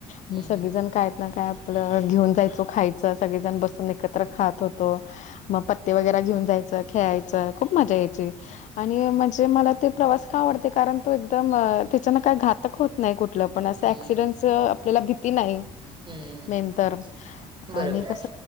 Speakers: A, on the left; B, on the right.
A: आणि
B: हम्म
A: सगळेजण काय? ना काय आपलं घेऊन जायचो खायचं सगळेजण बसून एकत्र खात होतो. म पत्ते वगैरा घेऊन जायचं खेळायचं खूप मजा यायची. आणि म्हंजे मला ते प्रवास का आवडते? कारण तो एकदम त्याच्यान काय घातक होत नाही कुठलं पण असं
B: हम्म
A: ऍक्सिडेंट आपल्याला भीती
B: हम्म.
A: नाही.
B: हम्म
A: मेन तर
B: बरोबर
A: आणि कस